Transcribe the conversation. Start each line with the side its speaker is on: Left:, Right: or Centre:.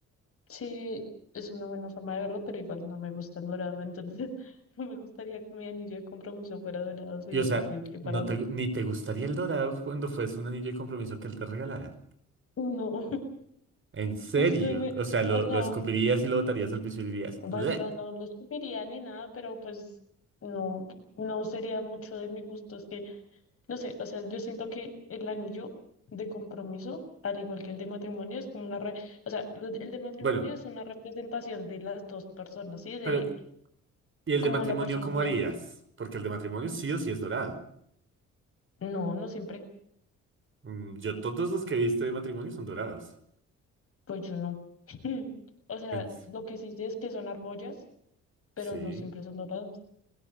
Left: Sí, es una buena forma de verlo, pero igual no me gusta el dorado, entonces <laughs> no me gustaría que mi anillo de compromiso fuera dorado, sería
Right: Y o sea,
Left: terrible
Right: no
Left: para mí.
Right: te, gu- ni te gustaría el dorado cuando fuese un anillo de compromiso que él te regalara.
Left: No, <laughs>
Right: En serio.
Left: es que me-
Right: O sea,
Left: o
Right: lo,
Left: sea,
Right: lo escupirías y lo botarías al piso y dirías,
Left: pues
Right: "Bleh".
Left: no, no lo escupiría ni nada, pero pues no, no sería mucho de mi gusto, es que, no sé, o sea, yo siento que el anillo de compromiso, al igual que el de matrimonio, es como una, re- o sea, lo- el de matrimonio
Right: Bueno,
Left: es una representación de las dos personas, ¿sí? De
Right: pero ¿y el
Left: como
Right: de matrimonio
Left: la personalidad.
Right: cómo harías? Porque el de matrimonio sí o sí es dorado.
Left: No, no siempre.
Right: Mm, Yo todos los que he visto de matrimonio son dorados.
Left: Pues yo no. <laughs> O sea,
Right: En-
Left: lo que sí sé es que son argollas, pero
Right: Sí.
Left: no siempre son doradas.